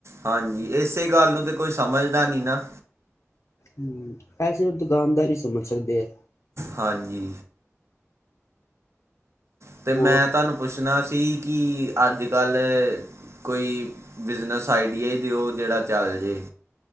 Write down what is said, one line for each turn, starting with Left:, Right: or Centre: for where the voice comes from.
Right: ਹਾਂਜੀ। ਇਸੇ ਗੱਲ ਨੂੰ ਤਾਂ ਕੋਈ ਸਮਝਦਾ ਨਹੀਂ ਨਾ।
Left: ਹੂ, ਐਸੇ ਉਹ ਦੁਕਾਨਦਾਰ ਹੀ ਸਮਝ ਸਕਦੇ ਆ।
Right: ਹਾਂਜੀ। ਅਤੇ ਮੈਂ
Left: ਹੋਰ
Right: ਤੁਹਾਨੂੰ ਪੁੱਛਣਾ ਸੀ ਕਿ ਅੱਜ ਕੱਲ੍ਹ ਕੋਈ ਬਿਜ਼ਨਸ ਆਈਡੀਆ ਹੀ ਦਿਓ ਜਿਹੜਾ ਚੱਲ ਜੇ।